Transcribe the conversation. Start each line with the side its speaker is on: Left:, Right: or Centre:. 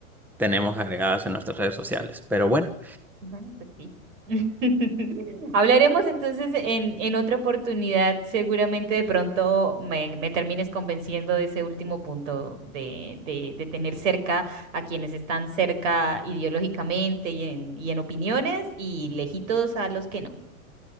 Centre: tenemos agregadas en nuestras redes sociales. Pero bueno,
Right: Bueno, pues sí. <laughs> Hablaremos entonces en, en otra oportunidad. Seguramente de pronto me, me termines convenciendo de ese último punto de, de, de tener cerca a quienes están cerca ideológicamente y en, y en opiniones y lejitos a los que no.